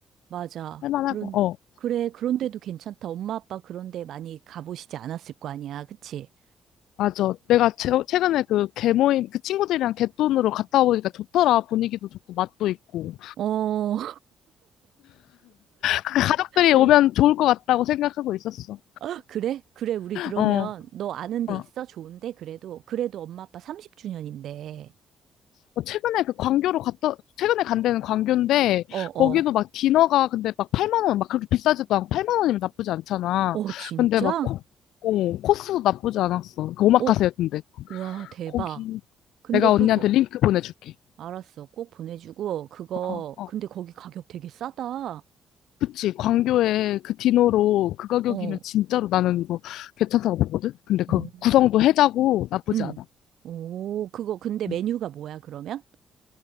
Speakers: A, on the right (about 70°); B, on the left (about 85°).
A: 맞아.
B: 할만하고,
A: 그런,
B: 어,
A: 그래, 그런데도 괜찮다. 엄마 아빠 그런데 많이 가보시지 않았을 거 아니야. 그치?
B: 맞아. 내가 최, 최근에 그 개모임, 그 친구들이랑 갯돈으로 갔다 와보니까 좋더라. 분위기도 좋고, 맛도 있고.
A: 어,
B: 그 가족들이
A: <laughs>
B: 오면 좋을 것 같다고 생각하고 있었어.
A: 아, 그래? 그래, 우리 그러면
B: 어,
A: 너 아는 데
B: 어.
A: 있어? 좋은데? 그래도, 그래도 엄마 아빠 30주년인데.
B: 어, 최근에 그 광교로 갔다, 최근에 간 데는 광교인데,
A: 어,
B: 거기도
A: 어.
B: 막 디너가 근데 막 8만 원, 막 그렇게 비싸지도 않고 8만 원이면 나쁘지 않잖아.
A: 어, 진짜?
B: 근데 막 코, 어, 코스도 나쁘지 않았어. 그 오마카세였는데.
A: 어, 와, 대박.
B: 거기,
A: 근데
B: 내가
A: 그거,
B: 언니한테 링크 보내줄게.
A: 알았어. 꼭 보내주고, 그거,
B: 어, 어.
A: 근데 거기 가격 되게 싸다. 어,
B: 그치, 광교에 그 디노로 그 가격이면
A: 어,
B: 진짜로 나는 이거 괜찮다고 보거든? 근데
A: 오.
B: 그 구성도 해자고 나쁘지
A: 응.
B: 않아.
A: 오, 그거, 근데 메뉴가
B: 음.
A: 뭐야, 그러면?